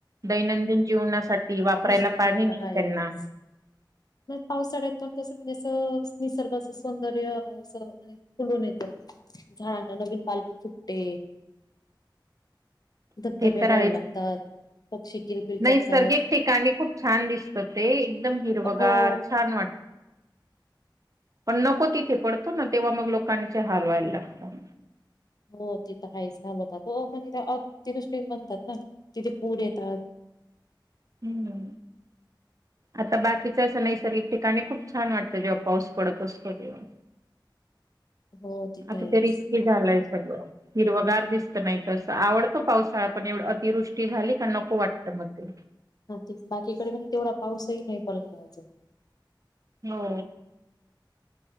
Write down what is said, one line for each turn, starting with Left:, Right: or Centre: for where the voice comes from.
Right: दैनंदिन जीवनासाठी वापरायला
Left: हा
Right: पाणी
Left: हे
Right: नाही
Left: तर आहेच.
Right: त्यांना.
Left: पावसाळ्यात पण कसं म्हणजे असं निसर्गाच सौंदर्य असं म्हणजे फुलून येत. झाडांना नवीन पालवी फुटते.
Right: <inaudible>
Left: धबधबे
Right: ते तर आहेच
Left: वाहू लागतात, पक्षी किलबिल
Right: नैसर्गिक
Left: करतात.
Right: ठिकाणी खूप छान दिसतं ते, एकदम हिरवगार
Left: हो
Right: छान वाट पण नको तिथे पडतो ना, तेव्हा मग लोकांचे हाल व्हायला लागतात.
Left: हो ते तर आहेच हाल होतात. हो म्हण ते अतिवृष्टी म्हणतात ना तिथे पूर येतात.
Right: हो ना. आता बाकीच असं नैसर्गिक ठिकाणी खूप छान वाटतं, जेव्हा पाऊस पडत असतो तेव्हा.
Left: हो तिथं
Right: आता
Left: आहेच
Right: ते रिस्की झालंय सगळं. हिरवगार दिसत नाही तर असं. आवडतं पावसाळा, पण एवढ अतिवृष्टी झाली का नको वाटतं मग ते.
Left: हा तेच बाकीकडे म्हणजे तेवढा पाऊसही नाही पडला अजून.
Right: हो.